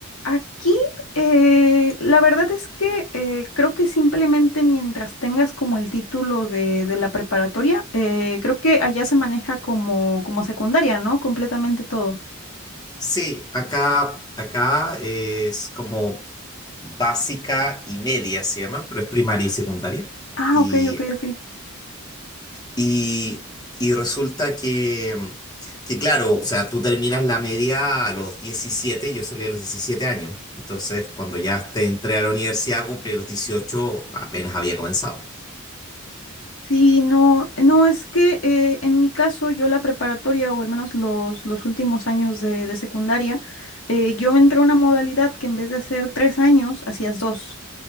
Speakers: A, on the left; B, on the left.
A: Aquí, eh, la verdad es que eh, creo que simplemente mientras tengas como el título de, de la preparatoria, eh, creo que allá se maneja como, como secundaria, ¿no? Completamente todo.
B: Sí, acá, acá es como básica y media se llama, pero es primaria y secundaria.
A: Ah,
B: Y,
A: ok, ok, ok.
B: y, y resulta que, que, claro, o sea, tú terminas la media a los 17, yo salí a los 17 años. Entonces, cuando ya te entré a la universidad, cumplí los 18, apenas había comenzado.
A: Sí, no, no, es que eh, en mi caso yo la preparatoria o al menos los, los últimos años de, de secundaria, eh, yo entré a una modalidad que en vez de hacer tres años, hacías dos.